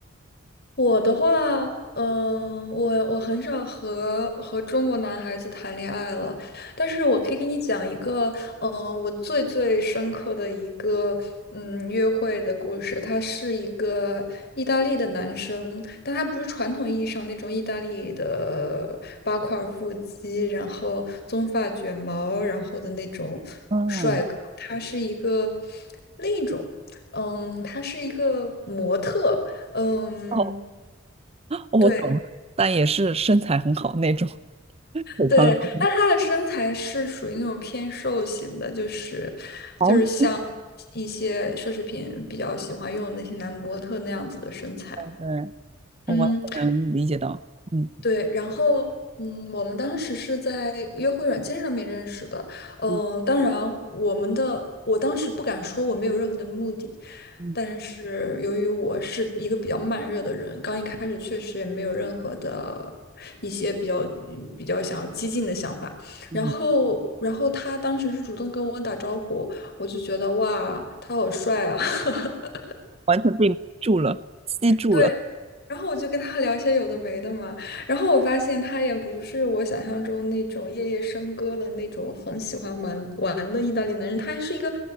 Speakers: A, on the left; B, on the right.
A: 我的话，嗯、我我很少和和中国男孩子谈恋爱了，但是我可以给你讲一个，嗯、我最最深刻的一个，嗯，约会的故事。他是一个意大利的男生，但他不是传统意义上那种意大利的八块腹肌，然后棕发卷毛，然后的那种帅哥。
B: 哦
A: 他是一个另一种，嗯，他是一个模特。嗯，
B: 哦，我懂了，
A: 对
B: 但也是身材很好那种，腿长好
A: 对，但她的身材是属于那种偏瘦型的，就是就是像
B: <laughs> 好巾。
A: 一些奢侈品比较喜欢用的那些男模特那样子的身材。
B: 对，我完全能理解到，
A: 嗯，
B: 嗯
A: 对，然后嗯，我们当时是在约会软件上面认识的，嗯，
B: 嗯
A: 当然我们的我当时不敢说我没有任何的目的，
B: 嗯
A: 但是由于我是一个比较慢热的人，刚一开始确实也没有任何的一些比较嗯比较想要激进的想法，
B: 嗯
A: 然后然后他当时是主动跟我打招呼，我就觉得哇，他好帅啊。<laughs>
B: 完全被迷住了，吸住了。
A: 对，然后我就跟他聊一些有的没的嘛，然后我发现他也不是我想象中那种夜夜笙歌的那种很喜欢玩玩的意大利男人，他是一个